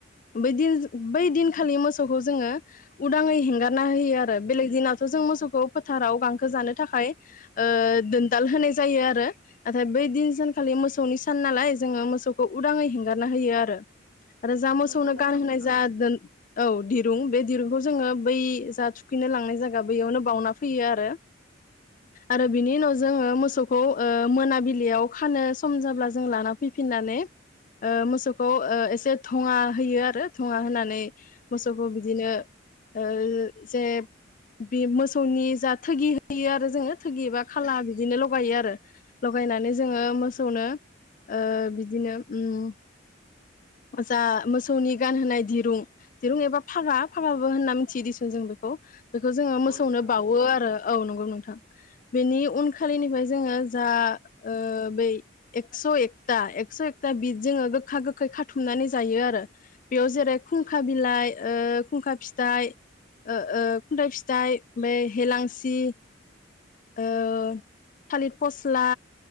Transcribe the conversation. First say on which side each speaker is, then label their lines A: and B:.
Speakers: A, on the left; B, on the right.
A: बै दिन बै दिनखालि मोसौखौ जोङो उदाङै हेंगार नाहोयो आरो बेलेग दिनाव थ' जों सौखौ फोथाराव गांखो जानो थाखाय ओ दोनदाल होनाय जायो आरो नाथाय बै दिन सानखालि मोसौनि सान नालाय जोङो मोसौखौ उदाङै हेंगारना होयो आरो आरो जा मोसौनो
B: नंगौ नोंथां
A: गानहोनाय
B: थारैनो
A: जा दोन औ दिरुं बे दिरुंखौ जोङो बै जा थुखैनो लांनाय जायगा बैयावनो बावउना फैयो आरो आरो बिनि उनाव जोङो मोसौखौ ओ मोनाबिलियाव खानो सम जाब्ला जों लाना फैफिननानै ओ मोसौ खौ ओ एसे धुङा होयो आरो धुङा होनानै नै मोसौखौ बिदिनो ओ जे बि मोसौनि जा थोगि होयो आरो जोङो थोगि बा खाला बिदिनो लगायो आरो लायनानै जोङो मोसौनो ओ बिदिनो उम जा मोसौनि गान होनाय दिरुं दिरुं एबा फागा फागाबो होनना मिथियो दिसुन जों बेखौ। बेखौ जोङो
B: नंगौ
A: मोसौनो
B: नोंथां
A: बावो आरो औ नंगौ नोंथां बेनि उनखालिनिफ्राय जोङो जा ओ बै एकस' एकता एकस' एकता बिद जोङो गोखा गोखै खाथुमनानै जायो आरो बेयाव जेरै खुंखा बिलाइ ओ खुंखा फिथाइ ओ खुन्थाइ फिथाइ बे हेलां दि ओ थालिर फस्ला